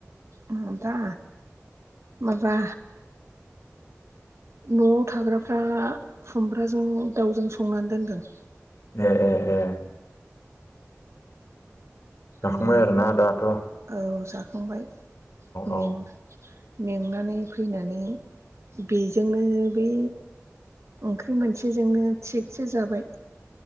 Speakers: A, on the right; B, on the left.
A: उम दा माबा न'आव थाग्राफ्रा खुमब्राजों दाउजों संनानै दोनदों।
B: ए ए ए। जाखांबाय
A: ओमफ्राय
B: आरोना दाथ'।
A: औ जाखांबाय ओं।
B: औ
A: मेंनानै फैनानै बेजोंनो बे ओंख्रि मोनसेजोंनो थिगसे जाबाय।